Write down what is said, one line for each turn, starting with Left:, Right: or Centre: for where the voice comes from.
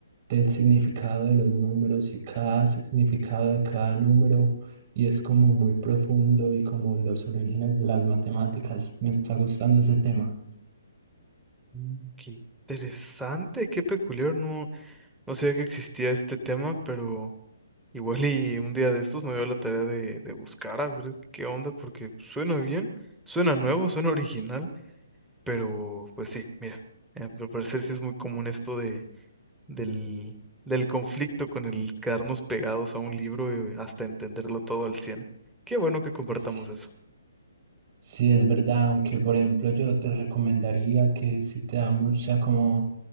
Right: del significado de los números y cada significado de cada número, y es como muy profundo y como los orígenes de las matemáticas. Me está gustando ese tema.
Centre: Mm, Qué interesante, qué peculiar, no, no sabía que existía este tema, pero... Igual y un día de estos me dio la tarea de, de buscar a ver qué onda, porque suena bien, suena nuevo, suena original, pero pues sí, mira, eh, al parecer sí es muy común esto de, del, del conflicto con el quedarnos pegados a un libro eh, hasta entenderlo todo al cien Qué bueno que compartamos
Right: Sí,
Centre: eso.
Right: Sí, es verdad, aunque por ejemplo yo te recomendaría que si te da mucha como